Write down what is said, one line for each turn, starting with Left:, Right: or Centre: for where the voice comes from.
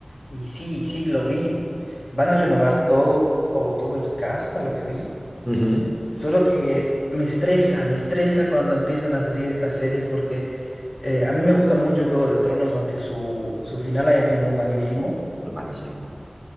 Left: Y sí, sí, lo vi. Van a renovar todo, todo todo el cast, a lo que vi.
Right: Ujú.
Left: Solo que me estresa, me estresa cuando empiezan a salir estas series porque eh, a mí me gusta mucho Juego de Tronos, aunque su, su final haya sido malísimo.
Right: Fue malísimo.